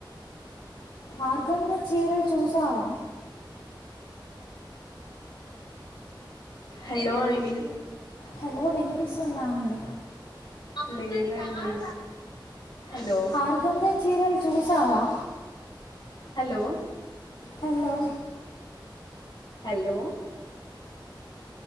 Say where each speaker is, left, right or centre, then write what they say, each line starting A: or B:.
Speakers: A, on the left (about 80°); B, on the left (about 65°).
A: ఆర్గంగ చీరలు చూసావా
B: హలో అండి
A: హలో వినిపిస్తుందా అండి
B: లేదండి హలో
A: ఆరుగంజా చీరలు చూసావా
B: హలో
A: హలో
B: హలో